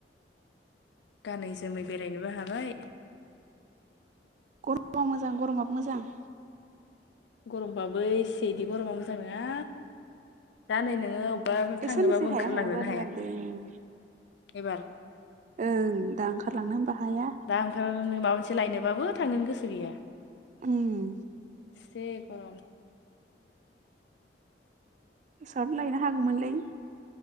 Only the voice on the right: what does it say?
गरमा मोजां गरमाबो मोजां
ए साननैसो
हाया हाया जादों आरो देन
ओं दा ओंखारलांनो होमबा हाया
उम।
सार्ट लायनो हागौमोनलै